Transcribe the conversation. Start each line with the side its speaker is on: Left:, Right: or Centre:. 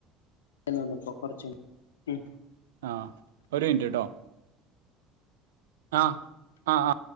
Left: അയച്ചന്നപ്പോ കൊറച്ചും ഉം
Right: ആഹ് ഒരു മിനിറ്റ്ട്ടോ ആഹ് ആ ആ